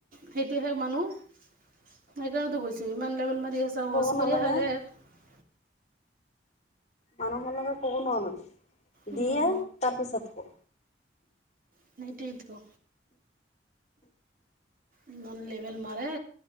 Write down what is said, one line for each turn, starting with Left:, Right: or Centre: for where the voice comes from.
Right: সেইটোহে মানুহ সেইকাৰণে তো কছো ইমান লেবেল মাৰি <unintelligible>
Left: ক'ব নালাগে মানুহৰ লগে ক'ব নোৱাৰো
Right: উম
Left: দিয়ে তাৰপিছত ক
Right: সেইটোৱেতো ইমান লেভেল মাৰে